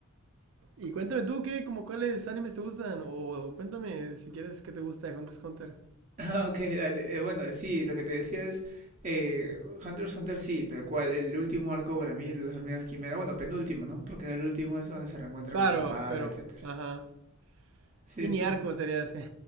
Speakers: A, on the right; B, on the right.
A: Y cuéntame tú, ¿qué, como cuáles animes te gustan? O cuéntame si quieres qué te gusta de Hunter x Hunter.
B: Ah, <laughs> ok, dale. Eh, bueno, sí, lo que te decía es. Eh, Hunter x Hunter, sí, tal cual. El último arco para mí, el de las hormigas quimera. Bueno, penúltimo, ¿no? Porque en el último es donde se reencuentra
A: Claro,
B: con su padre,
A: pero,
B: etcétera.
A: ajá.
B: Sí,
A: Mini
B: sí.
A: arco sería ese.